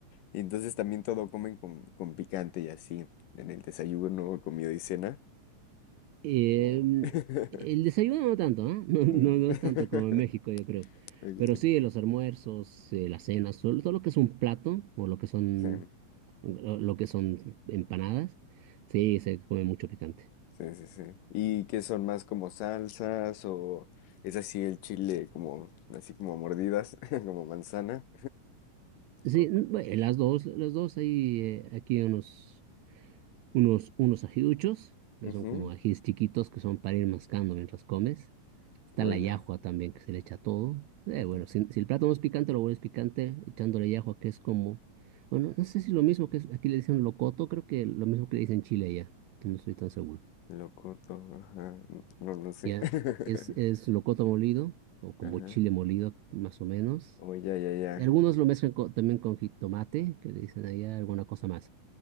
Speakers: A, on the left (about 80°); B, on the right (about 80°).
A: Y entonces también todo comen con, con picante y así, en el desayuno, comida y cena.
B: Em,
A: o- <laughs>
B: el desayuno no tanto, ¿ah? <laughs> No,
A: No.
B: no, no
A: <laughs>
B: es tanto como en México, yo creo.
A: Ok,
B: Pero sí, los almuerzos, eh, las cenas, todo, todo lo que es un plato o lo que son,
A: Sí,
B: lo lo que son empanadas, sí, se come mucho picante.
A: sí, sí, sí. ¿Y qué son más como salsas o es así el chile como así como a mordidas, <laughs> como manzana?
B: Sí,
A: O,
B: n-
A: co-
B: bueno, las dos, las dos hay eh, aquí unos unos, unos ajiduchos, que
A: ujú,
B: son como ajíes chiquitos que son para ir mascando mientras comes. Está
A: Oye,
B: la llajua también, que se le echa todo. Eh,
A: oye,
B: bueno, si, si el plato no es picante, lo vuelves picante echándole llajua, que es como, bueno, no sé si lo mismo que es- aquí le dicen locoto, creo que lo mismo que le dicen chile ya, no estoy tan seguro.
A: locoto, ajá, n- no, no sé.
B: Ya,
A: <laughs>
B: es, es locoto molido, o como
A: Ajá.
B: chile molido, más o menos.
A: Oye, ya, ya. ya.
B: Y algunos lo mezclan co- también con jitomate, que le dicen allá alguna cosa más.